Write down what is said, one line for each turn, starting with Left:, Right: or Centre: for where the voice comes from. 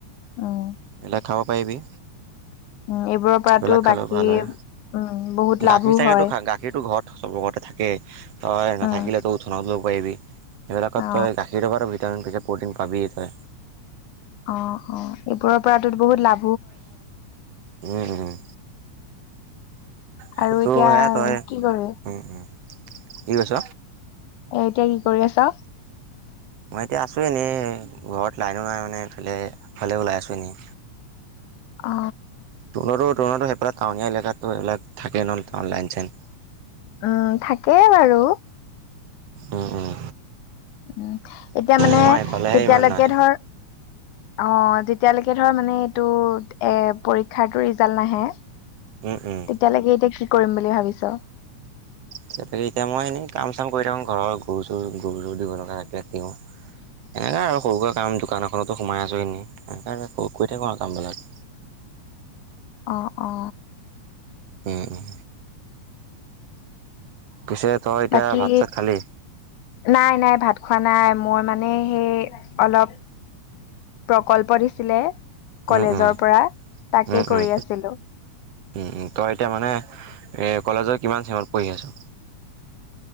Left: উম
Right: বেলেগ খাব পাৰিবি।
Left: উম এইবোৰৰ পৰাতো
Right: সেইবিলাক খালেও
Left: বাকী
Right: ভাল হয়
Left: উম বহুত লাভো
Right: গাখীৰ চাগেতো
Left: হয়
Right: গাখীৰটো ঘৰত চবৰ ঘৰতে থাকেই তই
Left: উম
Right: নাথাকিলেতো উঠনত ল'ব পাৰিবি। সেইবিলাকত
Left: অ
Right: তই গাখীৰ খাব ভিটামিন পেকেট প্ৰ'টিন পাবিয়েই তই।
Left: অহ - অহ এইবোৰৰ পৰাটো বহুত লাভ
Right: উম উম সেইটোতো
Left: আৰু এতিয়া
Right: সেয়া তই
Left: কি কৰবি?
Right: উম উম কি কৈছ?
Left: এ'এতিয়া কি কৰি আছা?
Right: মই এতিয়া আছোঁ এনেই ঘৰত লাইনো নাই মানে এইফালে আগফালে ওলাই আছোঁ এনেই।
Left: অ
Right: ৰুণৰতো তণৰতো সেইফালে টাউনীয়া এলেকাতো সেইবিলাক থাকেই নহ' টান লাইন চাইন-
Left: উম থাকেই বাৰু
Right: উম- উম
Left: উম, এতিয়া মানে
Right: আমাৰ এইফালেহে
Left: তেতিয়ালৈকে
Right: ইমান নাই
Left: ধৰ অহ যেতিয়ালৈকে ধৰ মানে এইটো এ পৰীক্ষাৰটো ৰিজাল্ট নাহে তেতিয়ালৈকে
Right: উম উম
Left: এতিয়া কি কৰিম বুলি ভাবিছ?
Right: তক এতিয়া মই এনেই কাম চাম কৰি থাকো ঘৰৰ গৰু চৰু গৰু চৰু দিব লগা থাকিলে দিও সেনেকা আৰু সৰুকা কাম দোকান এখনতো সোমাই আছোঁ এনেই সেনেকৈ কৰি থাকোঁ আৰু কামবিলাক
Left: আহ অ
Right: উম উম পিছে তই এতিয়া
Left: বাকী
Right: ভাত চাত খালি
Left: নাই- নাই ভাত খোৱা নাই মই মানে সেই অলপ প্ৰকল্প দিছিলে, কলেজৰ
Right: উম উম
Left: পৰা তাকে
Right: উম উম
Left: কৰি আছিলোঁ।
Right: উম তই এতিয়া মানে কলেজৰ কিমান চেমত পঢ়ি আছ?